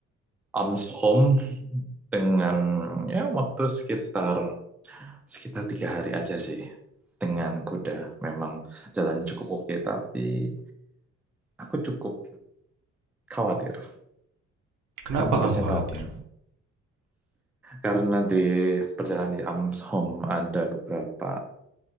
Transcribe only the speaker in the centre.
Ams home dengan ya waktu sekitar sekitar tiga hari aja sih dengan kuda. Memang jalan cukup oke, tapi aku cukup khawatir.
Kamu harusnya
tahu kan, karena di perjalanan di Ams home ada beberapa.